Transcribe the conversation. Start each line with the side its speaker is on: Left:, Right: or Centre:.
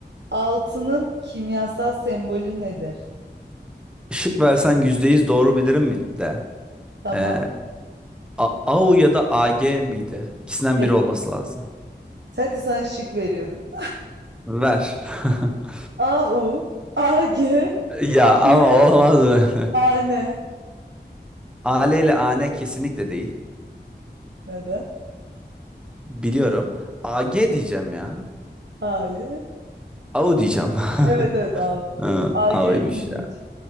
Right: Altının kimyasal sembolü nedir?
Centre: Şık versen %100 doğru bilirim mi de.
Right: Tamam.
Centre: E, A- AU ya da AG miydi? İkisinden
Right: Hep.
Centre: biri olması lazım.
Right: Hadi sana şık veriyorum.
Centre: Ver. <laughs>
Right: AU, AG,
Centre: Ya ama
Right: L,
Centre: olmaz öyle.
Right: AN.
Centre: AL ile AN kesinlikle değil.
Right: Neden?
Centre: Biliyorum. AG diyeceğim ya.
Right: Hayır.
Centre: AU diyeceğim.
Right: Evet evet AU.
Centre: <laughs> Hı,
Right: AG
Centre: AU'ymuş
Right: gümüş.
Centre: ya.